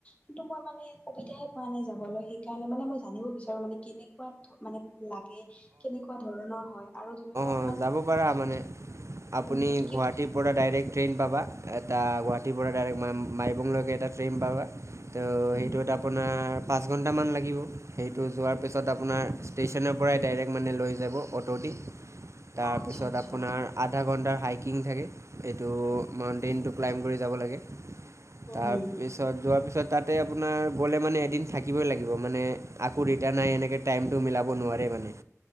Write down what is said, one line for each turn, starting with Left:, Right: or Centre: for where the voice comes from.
Left: কিন্তু মই মানে সুবিধাই পোৱা নাই যাবলৈ। সেইকাৰণে মানে মই জানিব বিচাৰোঁ, মানে কেনেকুৱা মানে লাগে, কেনেকুৱা ধৰণৰ হয়। আৰু ধৰি লওঁক
Right: অ' যাব পাৰা মানে। আপুনি
Left: হুম কি
Right: গুৱাহাটীৰ পৰা ডাইৰেক্ট ট্ৰেইন পাবা। এটা গুৱাহাটীৰ পৰা ডাইৰেক্ট মা- মাইবংলৈকে এটা ট্ৰেইন পাবা। ত'
Left: হুম
Right: সেইটোত
Left: হুম
Right: আপোনাৰ পাঁচ ঘন্টামান লাগিব সেইটো যোৱাৰ পিছত আপোনাৰ ষ্টেচন ৰ পৰাই ডাইৰেক্ট মানে লৈ যাব, অ'টো দি। তাৰপিছত
Left: অ আচ্ছা আচ্ছা
Right: আপোনাৰ আধা ঘণ্টাৰ হাইকিং থাকে। এইটো ট্ৰেইনটো ক্লাইম কৰি যাব লাগে।
Left: হুম
Right: তাৰপিছত
Left: হুম
Right: যোৱাৰ পিছত তাতে আপোনাৰ গ'লে মানে, এদিন থাকিবই লাগিব। মানে আকৌ ৰিটাৰ্ণাই এনেকে টাইমটো মিলাব নোৱাৰে মানে।